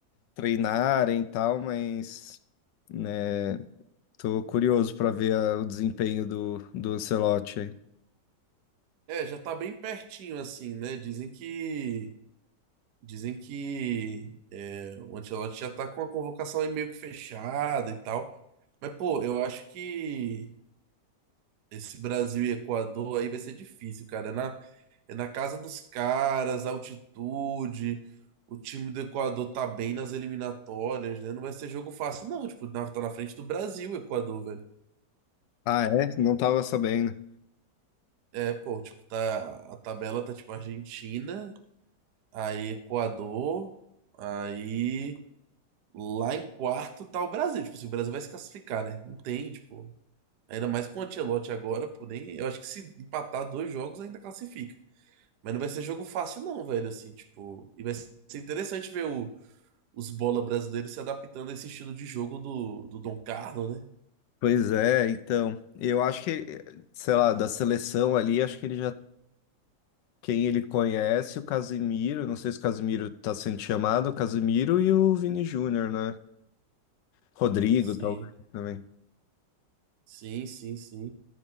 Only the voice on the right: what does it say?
É, já tá bem pertinho assim, né? Dizem que, dizem que é, o Ancelotti já tá com a convocação aí meio que fechada e tal. Mas, pô, eu acho que esse Brasil e Equador aí vai ser difícil, cara. Na É na casa dos caras, altitude. O time do Equador tá bem nas eliminatórias, né? Não vai ser jogo fácil, não. Tipo, na- tá na frente do Brasil, o Equador, velho.
É, pô, tipo, tá. A tabela tá tipo Argentina, aí Equador, aí lá em quarto tá o Brasil. Tipo assim, o Brasil vai se classificar, né? Não tem, tipo. Ainda mais com o Ancelotti agora, pô, nem. Eu acho que se empatar dois jogos ainda classifica. Mas não vai ser jogo fácil, não, velho. Assim, tipo. E vai ser interessante ver o os bola brasileiros se adaptando a esse estilo de jogo do, do Dom Carlos, né?
Sim,
sim, sim, sim.